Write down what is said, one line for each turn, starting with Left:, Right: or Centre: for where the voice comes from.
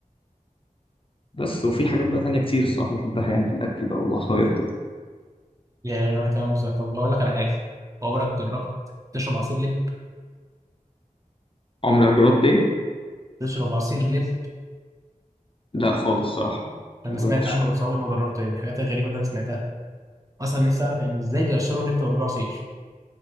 Left: بس وفي حاجات بقى تانية كتير الصراحة بحبها يعني في الأكل بقى والعصاير وكده
Right: يعني انا كمان بصراحه طب هقول لك على حاجه عمرك جربت تشرب عصير لب
Left: عمرك جربت إيه؟
Right: تشرب عصير لب
Left: لا خالص الصراحة
Right: انا
Left: مجربتش
Right: سمعت عنه بس عمري ما جربته يعني من الحاجات الغريبه اللي انا سمعتها اصلا نفسي اعرف يعني ازاي بيقشروا لب ويعملوه عصير